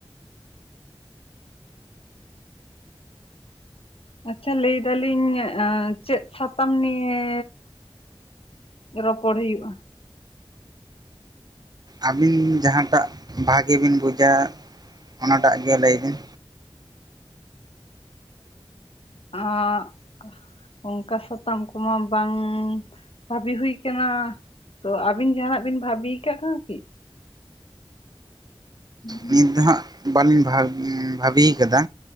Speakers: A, on the left; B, on the right.
A: ᱟᱪᱪᱷᱟ, ᱞᱟᱹᱭᱫᱟᱞᱤᱧ ᱮᱸ ᱪᱮᱫ ᱥᱟᱛᱟᱢ ᱱᱤᱭᱮ ᱨᱚᱯᱚᱲ ᱦᱩᱭᱩᱜ-ᱟ?
B: ᱟᱹᱵᱤᱱ ᱡᱟᱦᱟᱸᱴᱟᱜ ᱵᱷᱟᱜᱮ ᱵᱤᱱ ᱵᱩᱡᱟ ᱚᱱᱟᱴᱟᱜ ᱜᱮ ᱞᱟᱹᱭ ᱵᱤᱱ᱾
A: ᱟᱸᱻ ᱚᱝᱠᱟ ᱥᱟᱛᱟᱢ ᱠᱚᱢᱟ ᱵᱟᱝ ᱵᱷᱟᱵᱤ ᱦᱩᱭ ᱠᱟᱱᱟ᱾ ᱛᱚ ᱟᱵᱤᱱ ᱡᱟᱸᱦᱟᱱᱟᱜ ᱵᱤᱱ ᱵᱷᱟᱵᱤ ᱟᱠᱟᱫ ᱠᱟᱱᱟ ᱠᱤ? ᱦᱩᱸ᱾
B: ᱱᱤᱛ ᱫᱚ ᱦᱟᱸᱜ ᱵᱟᱹᱞᱤᱧ ᱵᱷᱟᱵᱽ ᱵᱷᱟᱵᱤᱭ ᱠᱟᱫᱟ᱾